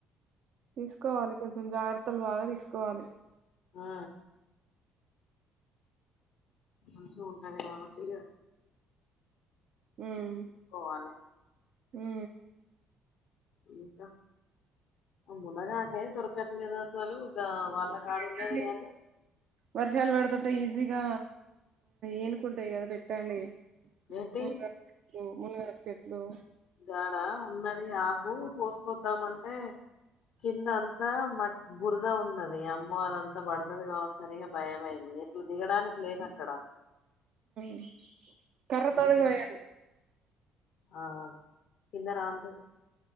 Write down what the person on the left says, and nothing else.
ఆ మంచి ఉంటాది కాబట్టి ఇంకా
పోవాలె
ఇంకా మునగాకే దొరకట్లేదు అసలుగ వాళ్ కాడ
ఉన్నది గాని
ఏంటి
గాడా ఉన్నది ఆకు కొసుకొద్దామంటే కిందంత మట్ బురద ఉన్నది అమ్మో అదంతా పడుతుది కావచ్చు అనిగా భయ అయింది ఎట్లా దిగడానికి లేదు అక్కడ
అందుకని
ఆ కింద రాలతయ్